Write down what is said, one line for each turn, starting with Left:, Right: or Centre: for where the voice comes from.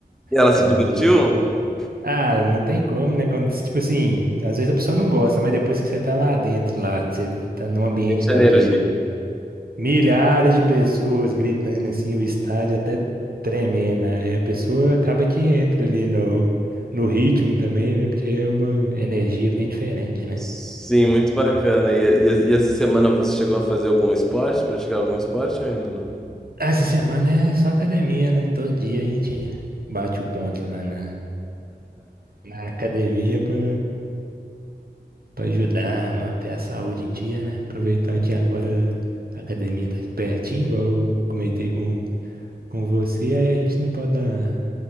Centre: E ela
Right: porque
Centre: se
Right: ela
Centre: divertiu?
Right: não curte. Ah, não tem como, né? Quando, tipo assim, às vezes a pessoa não gosta, mas depois que você tá lá dentro, lá, que você tá num ambiente
Centre: Em Janeiro,
Right: daquele, milhares de pessoas gritando assim, o estádio até tremendo, né? Aí a pessoa acaba que entra ali no, no ritmo também, né? Porque é uma energia bem diferente, né?
Centre: Sim, muito bacana. E, e- e essa semana você chegou a fazer algum esporte, praticar algum esporte ou ainda não?
Right: Essa semana é só academia, né? Todo dia a gente bate o ponto lá na, na academia pra Pra ajudar a manter a saúde em dia, né? Aproveitar que agora a academia tá aqui pertinho, igual eu comentei com, com você, aí a gente não pode dar,